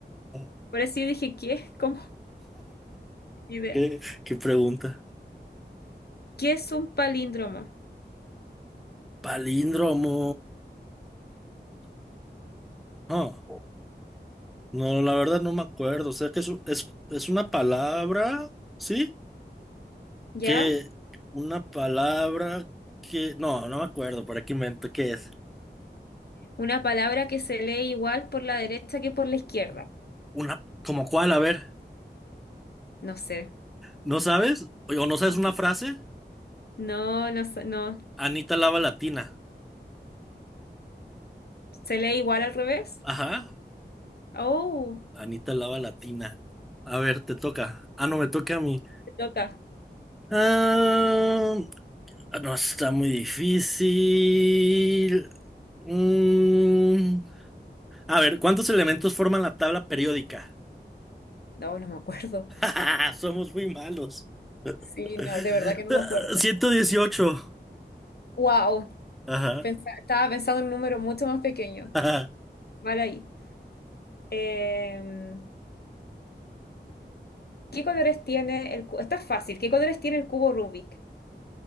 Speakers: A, in the centre; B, on the left (about 60°).
A: <laughs>
B: Por eso yo dije, ¿qué? <laughs> Como idea.
A: ¿Qué, qué pregunta?
B: ¿Qué es un palíndromo?
A: Palíndromo. Ah, No, la verdad no me acuerdo. O sea que es, un- es, es una palabra, ¿sí?
B: ¿ya?
A: Que una palabra que... No, no me acuerdo. ¿Para qué invento? ¿Qué es?
B: Una palabra que se lee igual por la derecha que por la izquierda.
A: Una... ¿Como cuál? A ver.
B: No sé.
A: ¿No sabes? ¿O no sabes
B: No.
A: una frase?
B: No, no, sé, no.
A: Anita Lava Latina.
B: ¿Se lee igual al revés?
A: Ajá.
B: Oh,
A: Anita Lava Latina. A ver, te toca. Ah, no, me toca a mí.
B: te toca.
A: Ah, no, está muy difícil. Mm, a ver, ¿cuántos elementos forman la tabla periódica?
B: No, no me acuerdo.
A: <laughs> Somos muy malos.
B: Sí,
A: <laughs>
B: no, de verdad que no me acuerdo.
A: 118.
B: Wow,
A: Ajá.
B: estaba pensando en un número mucho más pequeño.
A: ajá. <laughs>
B: Mal ahí. Eh, ¿qué colores tiene el cubo? Está fácil. ¿Qué colores tiene el cubo Rubik?